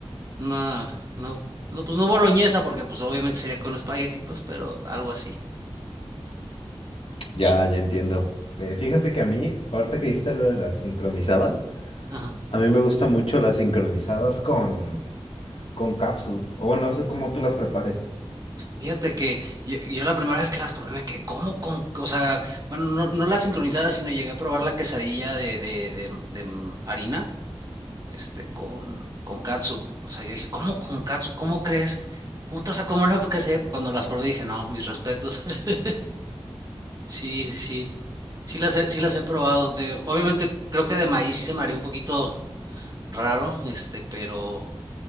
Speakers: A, on the right (about 40°); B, on the left (about 70°).
A: Una, una- no, pues no boloñesa, porque pues obviamente sería con espagueti, pues, pero algo así.
B: Ya, ya entiendo. Eh, fíjate que a mí, ahorita que dijiste lo de las sincronizadas,
A: Ajá.
B: a mí me gustan mucho las sincronizadas con, con capsu. O bueno, no sé cómo tú las prepares.
A: Fíjate que yo, yo la primera vez que las probé me quedé, ¿cómo, cómo? O sea, bueno, no, no la sincronizada, sino llegué a probar la quesadilla de, de, de, de m- harina, este, con, con catsup. O sea, yo dije, ¿cómo con catsup? ¿Cómo crees? ¿Cómo te vas a comer una quesadilla? Cuando las probé dije, no, mis respetos. <laughs> Sí, sí, sí. Sí las he, sí las he probado. De, obviamente creo que de maíz sí se me haría un poquito raro, este, pero